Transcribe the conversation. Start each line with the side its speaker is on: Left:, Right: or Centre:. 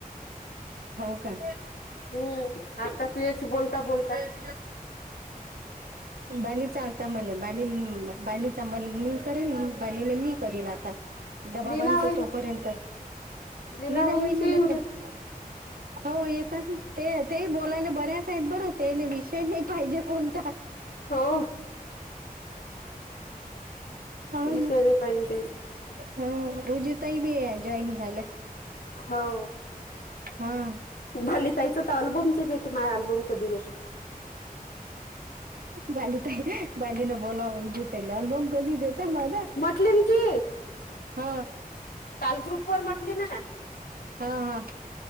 Right: हो का
Left: हम्म, आता तुझ्याशी बोलता बोलता.
Right: <inaudible> बालीचा आता मल बाली बालीचा मल मी करेल बालीले मी करील आता. डबा
Left: लीना
Right: बांधतो
Left: वहिनी
Right: तोपर्यंत
Left: लीना
Right: निना
Left: वहिनीचे
Right: वहिणीला येतं.
Left: उर
Right: हो येतात ते ते बोलायला बऱ्याच आहेत बरं ते विषय नाही पाहिजे कोणता.
Left: हो
Right: हो
Left: विसरली
Right: ना.
Left: पाहिजे ते
Right: हं ऊजा ताईबी हाय, जॉइनिंग झालंय.
Left: हो.
Right: हा
Left: भले ताईचं तर अल्बमच येथे माझ अल्बम कधी देते?
Right: बाली त बाली न बोलाओ <unintelligible> ते अल्बम कधी देता मला?
Left: म्हटले ना ती
Right: हा.
Left: काल ग्रुपवर म्हटली ना
Right: हा, हा.